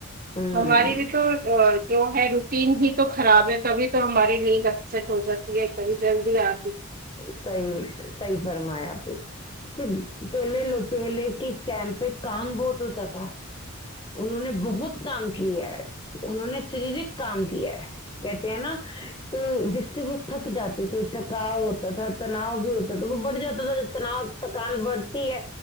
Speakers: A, on the left; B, on the right.
A: ہوں
B: ہماری بھی تو ہے روٹین بھی تو خراب ہے تبھی تو ہمارے لیے سیٹ ہو جاتی ہے ا بھی جلدی آا
A: سی سی فرمائ آپی <unintelligible> پھر پہلے لو پہلے کے کیمپ پہ کام بہت اچا تھا انہوں نے بہت سب کام کی ہے <inaudible> انہوں نے شریرک کام کیا ہے کہتے ہیں نا تو جس سے وہ تھک جاتے تھے تھک کاؤ ہوتا تھا تناؤ بھی ہوتا تھا وہ بڑھ جاتا تھا ج تناؤ تھکان بڑھتی ہے